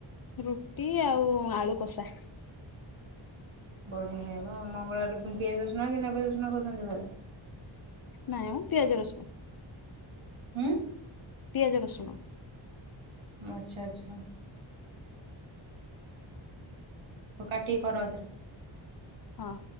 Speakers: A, on the left; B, on the right.
A: ରୁଟି ଆଉ ଆଳୁ କଷା।
B: ବଢିଆ ଖାଇବା ଆଉ ମଙ୍ଗଳବାର ପୁଣି ପିଆଜ ରସୁଣ ନା ବିନାଁ ପିଆଜ ରସୁଣ କରଛନ୍ତି ଘରେ?
A: ନାଇଁ ମ ପିଆଜ ରସୁଣ।
B: ହୁଁ।
A: ପିଆଜ ରସୁଣ।
B: ମ ଆଚ୍ଛା ଆଚ୍ଛା। ହଉ କାଟିିକି କର ଆଉଥରେ।
A: ହଁ ହଁ।